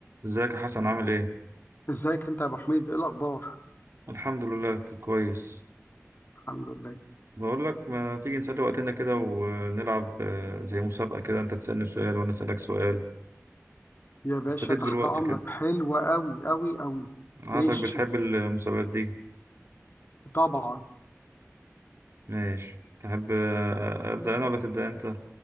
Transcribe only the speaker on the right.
ازيك يا حسن عامل ايه؟
الحمد لله كويس
بقول لك ما تيجي نسلي وقتنا كده ونلعب آه، زي مسابقة كده انت تسألني سؤال وانا أسألك سؤال
نستفيد
بالوقت
كده
عارفك
بتحب المسابقات دي
ماشي تحب آه، أبدأ انا ولا تبدأ انت؟